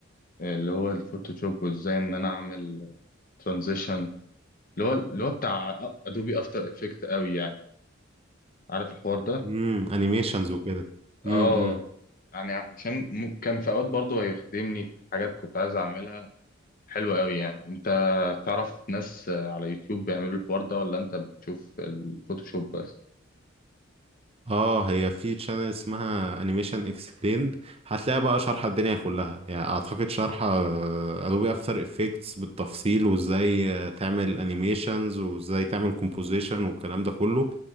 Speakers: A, on the left; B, on the right.
A: اللي هو الفوتوشوب وازاي ان انا اعمل ترانزيشن اللي هو اللي هو بتاع ادوبي افتر افكت قوي يعني عارف الحوار ده
B: امم انيميشنز وكده
A: اه
B: امم امم.
A: يعني عشان م- كان في اوقات برضه هيخدمني في حاجات كنت عايز اعملها حلوة قوي يعني انت تعرف ناس على يوتيوب بيعملوا الحوار ده ولا انت بتشوف الفوتوشوب بس
B: اه هي في تشانل اسمها انيميشن اكسبليند هتلاقي بقى شرح الدنيا كلها يعني اعتقد شرح ادوبي افتر افكتس بالتفصيل وازاي آه، تعمل انيميشنز وازاي تعمل كومبوزيشن والكلام ده كله